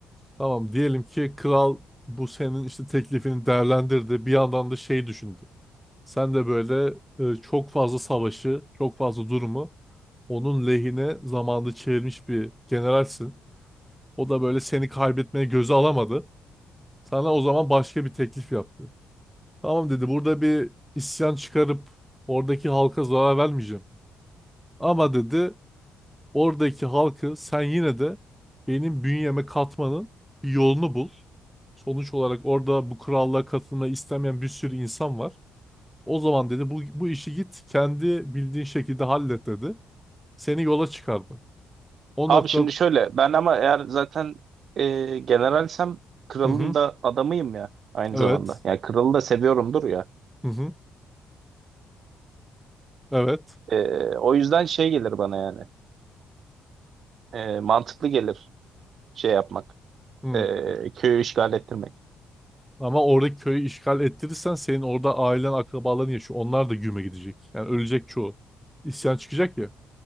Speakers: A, in the centre; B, on the right (about 60°).
A: Tamam diyelim ki kral bu senin işte teklifini değerlendirdi. Bir yandan da şey düşündü. Sen de böyle e, çok fazla savaşı, çok fazla durumu onun lehine zamanda çevirmiş bir generalsin. O da böyle seni kaybetmeye göze alamadı. Sana o zaman başka bir teklif yaptı. Tamam dedi burada bir isyan çıkarıp oradaki halka zarar vermeyeceğim. Ama dedi Oradaki halkı sen yine de benim bünyeme katmanın bir yolunu bul. Sonuç olarak orada bu krallığa katılmayı istemeyen bir sürü insan var. O zaman dedi bu, bu işi git kendi bildiğin şekilde hallet dedi. Seni yola çıkardı. O
B: Abi
A: nokta
B: şimdi şöyle ben ama eğer zaten e, generalsem kralın
A: hı hı,
B: da adamıyım ya aynı
A: evet
B: zamanda. Yani kralı da seviyorumdur ya.
A: hı hı, evet
B: E, o yüzden şey gelir bana yani. E, mantıklı gelir şey yapmak.
A: hı.
B: E, köyü işgal ettirmek.
A: Ama orada köyü işgal ettirirsen senin orada ailen akrabaların yaşıyor. Onlar da güme gidecek. Yani ölecek çoğu. İsyan çıkacak ya.